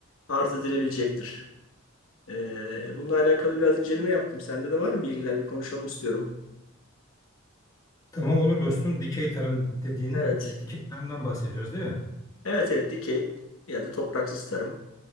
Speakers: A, on the left; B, on the left.
A: arz edilebilecektir. Ee, bununla alakalı biraz inceleme yaptım. Sende de var mı bilgiler? Bir konuşalım istiyorum.
B: Tamam olur dostum. Dikey tarım dediğin,
A: Evet.
B: di- dikey tarımdan bahsediyoruz değil mi?
A: Evet, evet. Dikey ya da topraksız tarım.